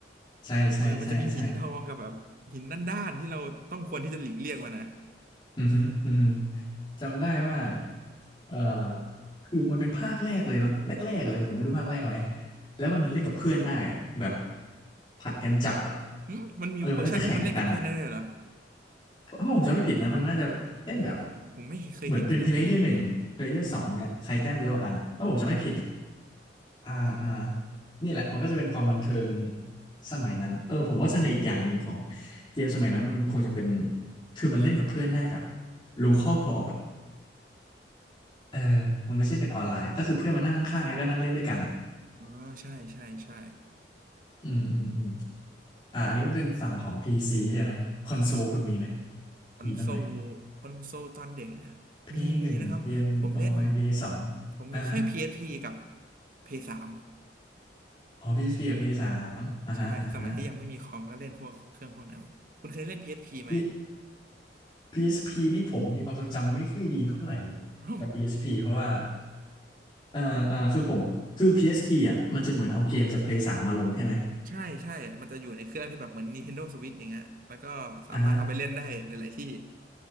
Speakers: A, on the left; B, on the right.
A: ใช่ใช่ใช่ใช่
B: เออมันจะมีหินทองกับแบบหินด้านๆที่เราต้องควรที่จะหลีกเลี่ยงมันนะ
A: อือฮึอือฮึจำได้ว่าเอ่อคือมันเป็นภาคแรกเลยมั้งแรกๆเลยผมไม่รู้ภาคแรกไหม แล้วมันเล่นกับเพื่อนได้อะแบบผัดกันจับอะ
B: หึมันมีเวอร์ชันที่มันเล่นกับเพื่อนได้เลยเหรอ
A: เออมันน่าจะแข่งกันอะ ถ้าผมจำไม่ผิดนะมันน่าจะเล่นแบบ
B: โอ้ผมไม่เคยเห็นอันเดียวกันเลย
A: เหมือนเป็นเพลเยอร์หนึ่งเพลเยอร์สองเนี่ยใครแต้มเยอะกว่ากันถ้าผมจำไม่ผิดนะอ่าอ่านี่แหละมันก็จะเป็นความบันเทิงสมัยนั้นเออผมว่าเสน่ห์อีกอย่างหนึ่งของเกมสมัยนั้นมันคงจะเป็นคือมันเล่นกับเพื่อนได้แบบ local co-op อะเออมันไม่ใช่เป็นออนไลน์อะก็คือเพื่อนมานั่งข้างๆแล้วก็นั่งเล่นด้วยกันอ่ะ
B: อ๋อใช่ใช่ใช่
A: อืมอืมอืมอ่าอันนี้มันเป็นฝั่งของ PC ใช่ไหมคอนโซลคุณมีไหม
B: คอนโซล
A: มีบ้างไหม
B: คอนโซลตอนเด็กเนี่ย
A: p
B: มีมีนะครับ
A: หนึ่งเกมบอย
B: ผมเล่น
A: p สอง
B: ผมมีแค่
A: อ่าฮะ
B: PSP กับ p 3
A: อ๋อ PSP กับ PS3 อสสามอ่าฮะอ่าฮะ
B: ใช่ สมัยที่ยังไม่มีคอมก็เล่นพวกเครื่องพวกนั้น คุณเคยเล่น PSP ไหม
A: พี่ PSP นี่ผมมีความทรงจำไม่ค่อยดีเท่าไหร่
B: อ้าว
A: กับ PSP เอสพเพราะว่าเอ่อเอ่อคือผม คือ PSP อสพีอ่ะมันจะเหมือนเอาเกมจาก Play 3มมาลงใช่ไหม
B: ใช่ใช่มันจะอยู่ในเครื่องที่แบบเหมือน Nintendo Switch อย่างเงี้ยแล้วก็สามารถเอาไปเล่นได้หลายๆที่
A: อ่าฮะ